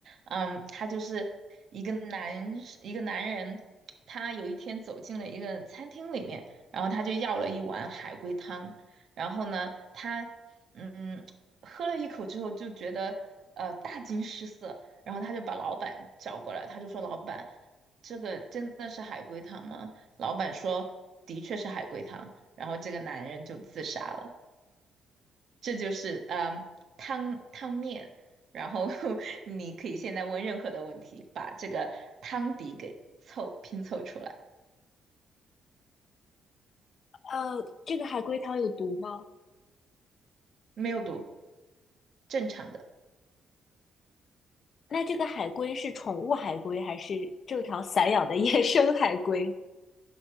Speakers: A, on the right; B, on the left.
A: 嗯，它就是一个男一个男人，他有一天走进了一个餐厅里面，然后他就要了一碗海龟汤，然后呢，他嗯喝了一口之后就觉得呃大惊失色，然后他就把老板叫过来，他就说老板。这个真的是海龟汤吗？老板说的确是海龟汤，然后这个男人就自杀了。这就是嗯汤汤面，然后 <laughs> 你可以现在问任何的问题，把这个汤底给凑拼凑出来，
B: 呃，这个海龟汤有毒吗？
A: 没有毒，正常的。
B: 那这个海龟是宠物海龟还是正常散养的 <laughs> 野生海龟？